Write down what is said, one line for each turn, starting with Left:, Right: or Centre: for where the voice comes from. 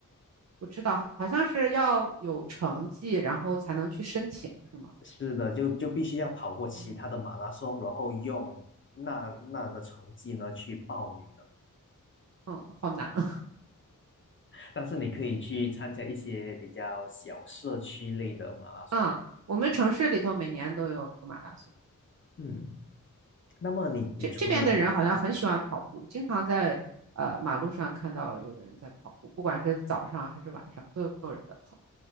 Right: 我知道，好像是要有成绩，然后才能去申请，是吗？
Left: 是的，就就必须要跑过其他的马拉松，
Right: 嗯
Left: 然后用那那的成绩呢去报名的。
Right: 嗯，好难啊！<laughs>
Left: 但是你可以去参加一些比较小社区类的马拉松。
Right: 嗯，我们城市里头每年都有马拉松。
Left: 嗯，那么你你除了
Right: 嗯，这这边的人好像很喜欢跑步，经常在呃马路上看到有人在跑步，不管是早上还是晚上，都有人在跑。